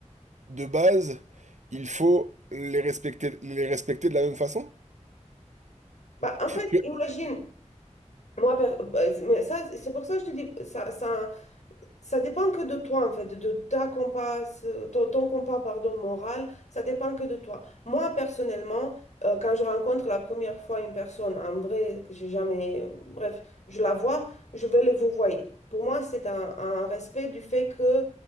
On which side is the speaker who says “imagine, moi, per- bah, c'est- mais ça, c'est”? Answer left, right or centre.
Left